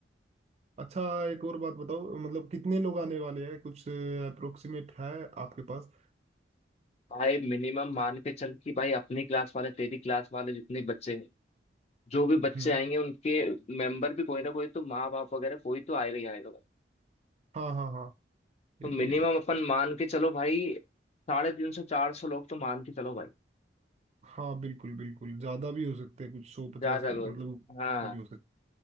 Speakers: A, on the right; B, on the left.
A: अच्छा एक और बात बताओ मतलब कितने लोग आने वाले हैं कुछ अप्रोक्सीमेट है आपके पास
B: भाई मिनिमम मान के चल कि भाई अपनी क्लास वाले तेरी क्लास वाले जितने बच्चे हैं जो भी बच्चे
A: हम्म
B: आएंगे उनके मेंबर भी कोई ना कोई तो माँ बाप वगैरह कोई तो आएगा ही आएगा भाई
A: हाँ हाँ हाँ
B: तो
A: ये
B: मिनिमम
A: भी है
B: अपन मान के चलो भाई साढ़े तीन सौ चार सौ लोग तो मान के चलो भाई
A: हाँ बिल्कुल बिल्कुल ज्यादा भी हो सकते हैं कुछ सौ पचास
B: ज्यादा
A: मतलब
B: लोग
A: ऊपर
B: हाँ
A: भी हो सकते